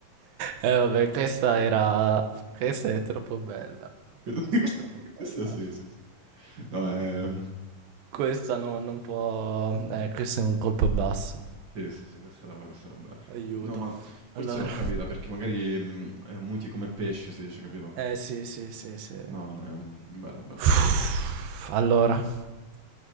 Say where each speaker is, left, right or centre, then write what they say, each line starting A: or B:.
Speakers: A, on the right (about 80°); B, on the right (about 40°).
A: Eh, vabbè, questa era... Questa è troppo bella.
B: <laughs>
A: Questa è troppo
B: Questo
A: bella.
B: sì, sì, sì. No, è...
A: Questa no, non può... Eh, questo è un colpo basso.
B: Sì, sì, sì, questa era, questa era bella.
A: Aiuto.
B: No, ma forse
A: Allora.
B: l'ho capita perché magari mh, eh, muti come pesce, si dice, capito?
A: Eh sì, sì, sì, sì.
B: No, no, è mh, bello, bello.
A: Uff, Allora,